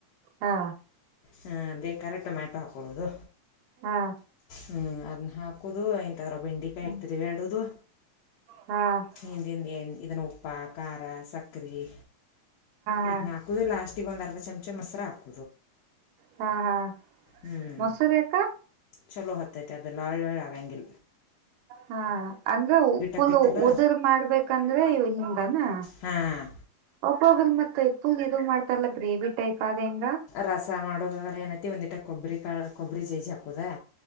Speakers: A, on the right; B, on the left.
A: ಹಾ
B: ಹ ಬೇಕಾರ ಟೊಮ್ಯಾಟೊ ಹಾಕೊಳ್ಳೋದು
A: ಹಾ
B: ಹ್ಮ್ ಅದನ್ನ ಹಾಕುದು ರ ಬೆಂಡಿ ಕಾಯ್ತರಿ
A: ಹಾ
B: ಎರಡದು
A: ಹಾ
B: ಹಿಂದ ಇದನ್ನು ಉಪ್ಪ ಖಾರ ಸಕ್ಕರೆೆ
A: ಹಾ
B: ಇದ್ ನಾಲ್ಕದು ಲಾಸ್ಟ್ಗ ಒಂದ ಚಮಚ ಮಸ್ ತತ್ರ
A: ಹಾ ಹಾ
B: ಹ್ಞೂ
A: ಮಸೂರಿ ಯಾಕ
B: ಚಲೋ ಹತ್ತಟ ಅದಲ್ಲ ಆಳ್ ವಳ ಆಾಗಂಗಗೆ
A: ಹಾ ಅಂದ್ರೆ ಪುಲ್
B: ಆಕೈತಿಲ್ಲ
A: ಉದರ್ ಮಾಡ್ಬೇಕಂದ್ರೆ ಹಿಂದನಾ
B: ಹಾಂ
A: ಒಬ್ಬೊಬ್ಬ್ರ ಮತ್ತ ುಲ್ ಇದು ಮಾಡ್ತಾರಲ್ಲ ಗ್ರೇವಿ ಟೈಪ್ ಅದ ಹೆಂಗ
B: ರಸ ಮಾಡೋದಾದ್ರ ಏನತಿ ಒಂದಿಟ ಕೊಬ್ಬರಿ ಕಾ ಕೊಬ್ಬರಿ ಚಿ ಹಕ್ಕುದಾ